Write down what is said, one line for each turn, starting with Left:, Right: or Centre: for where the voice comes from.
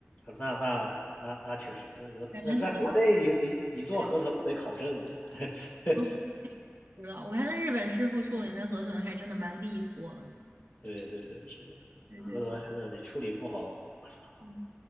Left: 那那那那确实，那那那在国内你你你做河豚都得考证的，
Right: 感觉是，对，
Left: <laughs>
Right: 啊不知道。我看那日本师傅处理那河豚还真的蛮利索的，
Left: 对对对，是的，
Right: 对
Left: 河豚真的你处理不好，我操，
Right: 对，对